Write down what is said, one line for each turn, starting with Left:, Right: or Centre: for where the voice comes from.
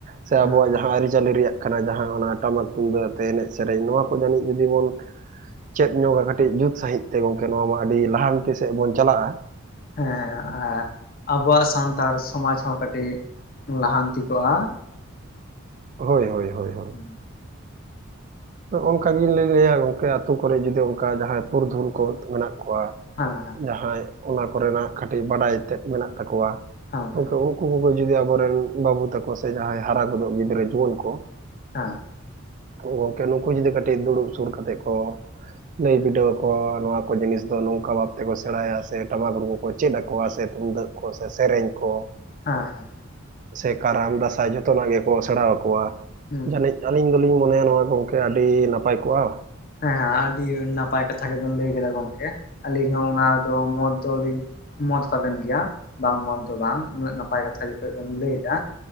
Right: ᱥᱮ ᱟᱵᱚᱣᱟᱜ
Left: ᱦᱮᱸ
Right: ᱡᱟᱦᱟᱸ ᱟᱹᱨᱤᱪᱟᱹᱞᱤ ᱨᱮᱭᱟᱜ ᱡᱟᱦᱟᱸ ᱚᱱᱟ ᱴᱟᱢᱟᱠ ᱛᱩᱢᱫᱟᱜ ᱟᱛᱮ ᱮᱱᱮᱡ ᱥᱮᱨᱮᱧ ᱱᱚᱣᱟ ᱠᱚ ᱡᱟᱹᱱᱤᱡ ᱡᱩᱫᱤ ᱵᱚᱱ ᱪᱮᱫ ᱧᱚᱜᱟ ᱠᱟᱹᱴᱤᱡ ᱡᱩᱛ ᱥᱟᱺᱦᱤᱡ ᱛᱮ ᱜᱚᱝᱠᱮ ᱱᱚᱣᱟ ᱢᱟ ᱟᱹᱰᱤ ᱞᱟᱦᱟᱱᱛᱤ ᱥᱮᱫ ᱵᱚᱱ ᱪᱟᱞᱟᱜᱼᱟ
Left: ᱦᱮᱸ ᱦᱮᱸ ᱟᱵᱚᱣᱟᱜ ᱥᱟᱱᱛᱟᱲ ᱥᱚᱢᱟᱡᱽ ᱦᱚᱸ ᱠᱟᱹᱴᱤᱡ ᱞᱟᱦᱟᱱᱛᱤ ᱠᱚᱜᱼᱟ
Right: ᱦᱳᱭ ᱦᱳᱭ ᱦᱳᱭ ᱦᱳᱭ
Left: ᱦᱮᱸ
Right: ᱚᱱᱠᱟ ᱜᱤᱧ ᱞᱟᱹᱭ ᱞᱮᱜᱼᱟ ᱜᱚᱝᱠᱮ ᱟᱹᱛᱩ ᱠᱚᱨᱮ ᱡᱩᱫᱤ ᱚᱱᱠᱟ ᱡᱟᱦᱟᱸᱭ ᱯᱩᱨᱩᱫᱷᱩᱞ ᱠᱚ ᱢᱮᱱᱟᱜ ᱠᱚᱣᱟ
Left: ᱦᱮᱸ
Right: ᱡᱟᱦᱟᱸᱭ ᱚᱱᱟ ᱠᱚᱨᱮᱱᱟᱜ ᱠᱟᱹᱴᱤᱡ ᱵᱟᱰᱟᱭ ᱛᱮᱫ ᱢᱮᱱᱟᱜ ᱛᱟᱠᱚᱣᱟ
Left: ᱦᱮᱸ
Right: ᱜᱚᱢᱠᱮ ᱩᱱᱠᱩ ᱠᱚᱜᱮ ᱡᱩᱫᱤ ᱟᱵᱚᱨᱮᱱ ᱵᱟᱹᱵᱩ ᱛᱟᱠᱚ ᱥᱮ ᱡᱟᱦᱟᱸᱭ ᱦᱟᱨᱟ ᱜᱚᱫᱚᱜ ᱜᱤᱫᱽᱨᱟᱹ ᱡᱩᱣᱟᱹᱱ ᱠᱚ
Left: ᱦᱮᱸ
Right: ᱦᱳᱭ ᱜᱚᱝᱠᱮ ᱱᱩᱠᱩ ᱡᱩᱫᱤ ᱠᱟᱹᱴᱤᱡ ᱫᱩᱲᱩᱵ ᱥᱩᱨ ᱠᱟᱛᱮᱜ ᱠᱚ ᱞᱟᱹᱭ ᱵᱤᱰᱟᱹᱣ ᱟᱠᱚᱣᱟ ᱱᱚᱣᱟ ᱠᱚ ᱡᱤᱱᱤᱥ ᱫᱚ ᱱᱚᱝᱠᱟ ᱵᱟᱵᱽᱛᱮ ᱠᱚ ᱥᱮᱬᱟᱭᱟ ᱥᱮ ᱴᱟᱢᱟᱠ ᱨᱩ ᱠᱚ ᱪᱮᱫ ᱟᱠᱚᱣᱟ ᱥᱮ ᱛᱩᱢᱫᱟᱹᱜ ᱠᱚ ᱥᱮ ᱥᱮᱨᱮᱧ ᱠᱚ
Left: ᱦᱮᱸ ᱦᱮᱸ
Right: ᱥᱮ ᱠᱟᱨᱟᱢ ᱫᱟᱥᱟᱭ ᱡᱷᱚᱛᱚᱱᱟᱜ ᱜᱮᱠᱚ ᱥᱮᱬᱟᱣ ᱠᱚᱣᱟ
Left: ᱦᱩᱸ
Right: ᱡᱟᱹᱱᱤᱡ ᱟᱹᱞᱤᱧ ᱫᱚᱞᱤᱧ ᱢᱚᱱᱮᱭᱟ ᱱᱚᱣᱟ ᱜᱚᱝᱠᱮ ᱟᱹᱰᱤ ᱱᱟᱯᱟᱭ ᱠᱚᱜᱼᱟ
Left: ᱦᱮᱸ ᱦᱮᱸ ᱟᱹᱰᱤ ᱱᱟᱯᱟᱭ ᱠᱟᱛᱷᱟ ᱜᱮᱵᱮᱱ ᱞᱟᱹᱭ ᱠᱮᱫᱟ ᱜᱚᱝᱠᱮ ᱟᱹᱞᱤᱧ ᱦᱚᱸ ᱚᱱᱟ ᱫᱚ ᱢᱚᱛ ᱫᱚᱞᱤᱧ ᱢᱚᱛ ᱛᱟᱵᱮᱱ ᱜᱮᱭᱟ ᱵᱟᱝ ᱢᱚᱛ ᱫᱚ ᱵᱟᱝ ᱩᱱᱟᱹᱜ ᱱᱟᱯᱟᱭ ᱠᱟᱛᱷᱟ ᱡᱚᱠᱷᱚᱡ ᱵᱮᱱ ᱞᱟᱹᱭ ᱫᱟ